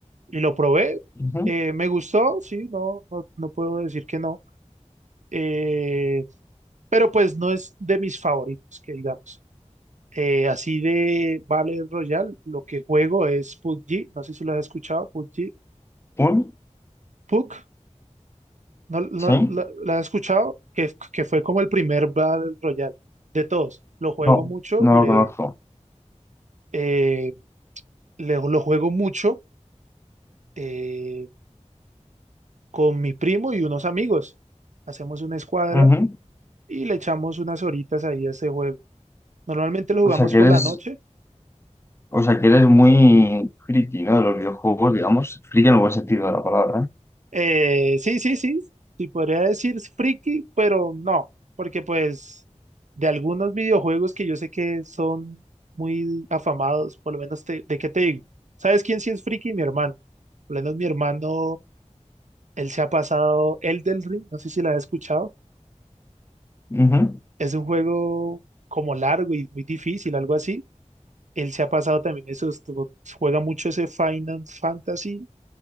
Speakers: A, on the right (about 75°); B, on the left (about 20°).
A: y lo probé.
B: Ujú.
A: Eh, me gustó, sí, no, no, no puedo decir que no. Eh, pero pues no es de mis favoritos, que digamos. Eh, así de Battle Royale, lo que juego es PUBG, no sé si lo has escuchado, PUBG.
B: ¿Un?
A: PUC No, no-
B: ¿Sí?
A: la, la has escuchado que, que fue como el primer Battle Royale de todos. Lo juego
B: No,
A: mucho,
B: no
A: le,
B: lo conozco.
A: eh, le- lo juego mucho eh, con mi primo y unos amigos. Hacemos una escuadra
B: Ujú.
A: y le echamos unas horitas ahí a ese juego. Normalmente lo jugamos
B: O sea que
A: por
B: eres,
A: la noche
B: o sea que eres muy friki, ¿no? De los videojuegos, digamos, friki en el buen sentido de la palabra, ¿eh?
A: Eh, sí, sí, sí, sí podría decir friki, pero no, porque pues de algunos videojuegos que yo sé que son muy afamados, por lo menos te- de qué te digo. ¿Sabes quién sí es friki? Mi hermano. Por lo menos mi hermano, él se ha pasado Elden Ring, no sé si la has escuchado.
B: Ujú,
A: Es un juego como largo y muy difícil, algo así. Él se ha pasado también eso, esto- juega mucho ese Final Fantasy